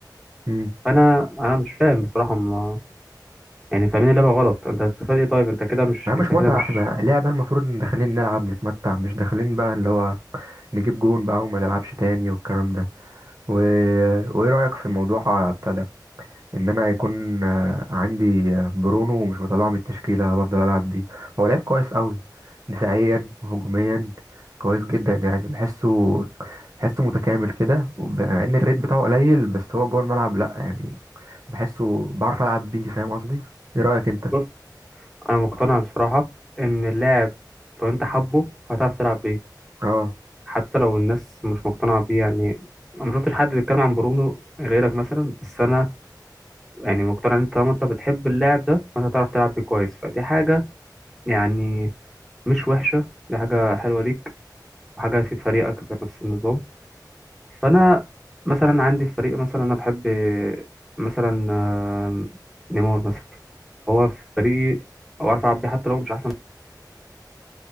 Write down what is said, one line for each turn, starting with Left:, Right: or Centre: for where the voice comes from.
Right: امم
Centre: فأنا أنا مش فاهم بصراحة ما يعني فاهمين اللعبة غلط أنت هتستفاد إيه طيب أنت كده مش
Right: ما مش
Centre: أنت كده
Right: متعة
Centre: مش
Right: احنا لعبة المفروض ان داخلين نلعب نتمتع مش داخلين بقى اللي هو نجيب جون بقى وما نلعبش تاني والكلام ده و... وايه رأيك في موضوع ابتدى ان انا هيكون آه، عندي آه، برونو ومش بطلعه من التشكيله بفضل العب بيه هو لعيب كويس قوي دفاعيا وهجوميا كويس جدا يعني بحسه بحسه متكامل كده وب- مع ان الريت بتاعه قليل بس هو جوه الملعب لا يعني بحسه بعرف العب بيه فاهم قصدي ايه رايك انت
Centre: بص أنا مقتنع بصراحة إن اللاعب لو أنت حبه هتعرف تلعب بيه
Right: اه
Centre: حتى لو الناس مش مقتنعة بيه يعني أنا ما شفتش حد بيتكلم عن برونو غيرك مثلا بس أنا يعني مقتنع إن أنت طالما أنت بتحب اللاعب ده فأنت هتعرف تلعب بيه كويس فدي حاجة يعني مش وحشة دي حاجة حلوة ليك وحاجة هتفيد فريقك في نفس النظام فأنا مثلا عندي في فريق مثلا أنا بحب مثلا آه، نيمار مثلا فهو في فريقي أو أعرف ألعب بيه حتى لو مش أحسن